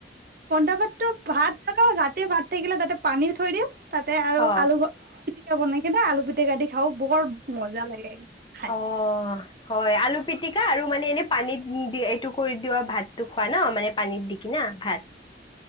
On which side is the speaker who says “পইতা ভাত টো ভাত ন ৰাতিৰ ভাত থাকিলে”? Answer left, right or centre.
Right